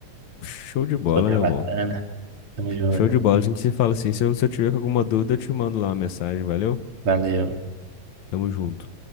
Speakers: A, on the left; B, on the right.
A: Show de bola,
B: lugar
A: meu
B: bacana.
A: bom.
B: Tamo junto.
A: Show de bola. A gente se fala assim. Se eu, se eu tiver com alguma dúvida, eu te mando lá uma mensagem, valeu?
B: Valeu.
A: Tamo junto.